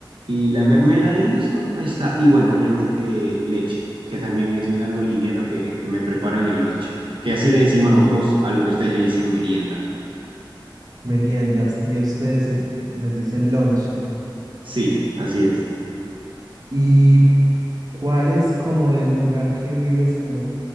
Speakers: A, on the right (about 85°); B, on the right (about 50°).
A: y la mermelada y listo, ahí está. Y bueno, obviamente leche, que también es algo liviano que, que me preparo en el lonche, que así le decimos nosotros a lo que ustedes le dicen merienda.
B: meriendas y a ustedes se- les dicen lonche.
A: Sí, así es.
B: ¿Y cuál es como del lugar que vives como